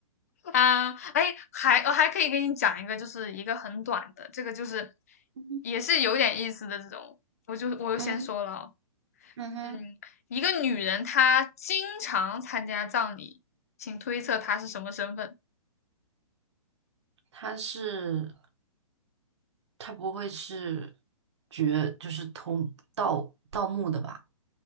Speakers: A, on the left; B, on the right.
A: <laughs> 啊，哎，还我还可以给你讲一个，就是一个很短的，这个就是
B: 嗯
A: 也是有点意思的这种，我就我就先说了哦
B: 嗯嗯哼，
A: 嗯，一个女人她经常参加葬礼，请推测她是什么身份？
B: 它是它不会是绝就是通盗盗墓的吧？